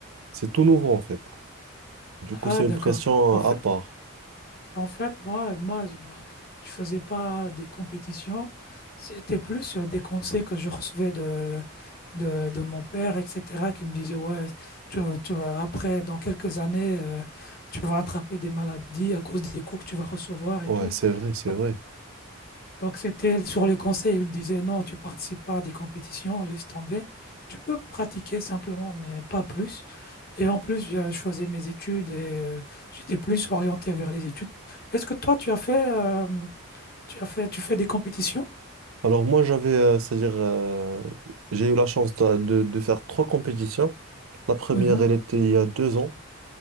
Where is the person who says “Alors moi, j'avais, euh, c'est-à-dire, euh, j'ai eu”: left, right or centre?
Right